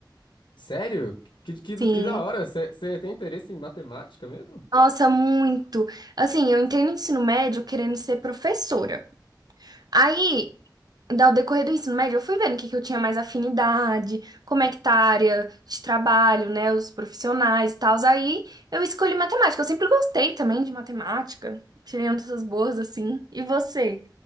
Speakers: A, on the left (about 75°); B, on the right (about 55°).
A: Sério? Que, que,
B: Sim.
A: que da hora! Você, você tem interesse em matemática mesmo?
B: Nossa, muito. Assim, eu entrei no ensino médio querendo ser professora. Aí, ao decorrer do ensino médio, eu fui vendo o que que eu tinha mais afinidade, como é que tá a área de trabalho, né? Os profissionais e tal. Aí eu escolhi matemática. Eu sempre gostei também de matemática. Tirei uma dessas boas, assim. E você?